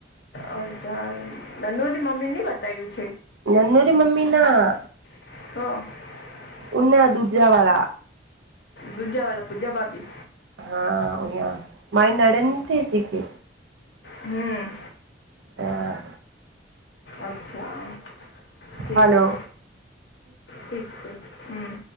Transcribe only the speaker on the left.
આ અ નનુ ની મમ્મી નની બતાય્યું
<unintelligible>
દૂજા વાળા પૂજા ભાભી.
હમ
અચ્છા ઠક
છે ઠીક છે હમ્